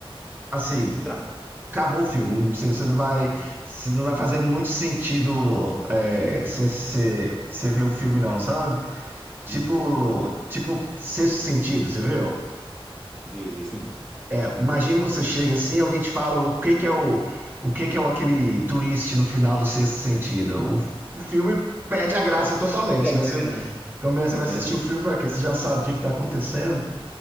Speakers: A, on the right; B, in the centre.
A: assim,
B: Estraga.
A: acabou o filme. Não sei, você não vai,
B: Ai, não.
A: você não vai fazendo muito sentido é, você, você, você ver o filme, não, sabe? Tipo,
B: Entendi.
A: tipo, sexto sentido, você viu?
B: Vive, sim.
A: É, imagina você chega assim, e alguém te fala o que que é o, o que que é o, aquele twist no final do sexto sentido. O, o filme perde a graça totalmente,
B: Perde
A: né? Você
B: a graça.
A: começa,
B: É
A: vai
B: verdade.
A: assistir o filme pra quê? Você já sabe o que que tá acontecendo.